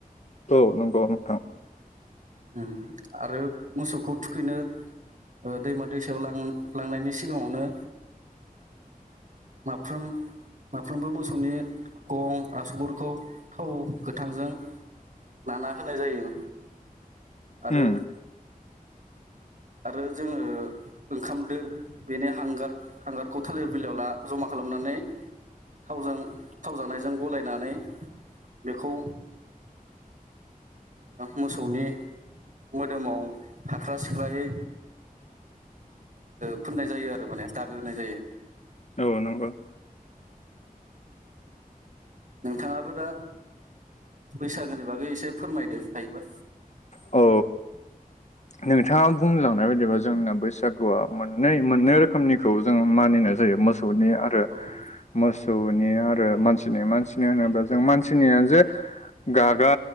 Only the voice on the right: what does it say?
ओम आरो मोसौखौ थुखैनो दैमा दैसायाव लां लांनायनि सिगाङावनो माफ्रोम माफ्रोमबो मोसौनि गं आसुगुरफोरखौ थाव गोथांजों नाना होनाय जायो आरो
आरो जोङो ओंखामदो बेनि हांगार हांगारखौ थालिर बिलाइयाव ला जमा खालामनानै थावजों थाव जानायजों गलायनानै बेखौ मोसौनि मोदोमाव फ्रा गायै फोननाय जायो आरो माने दागो होनाय जायो
नोंथाङाबो दा बैसागोनि बागै एसे फोरमायदो हायोबा
औ